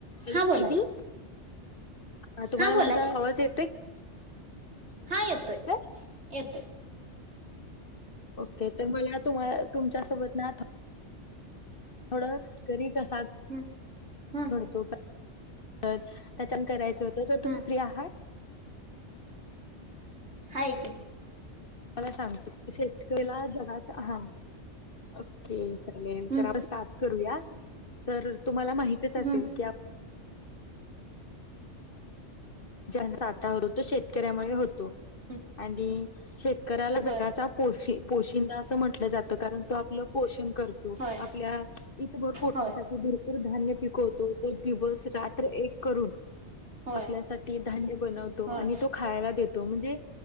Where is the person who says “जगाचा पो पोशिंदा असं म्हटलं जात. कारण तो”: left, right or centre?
Left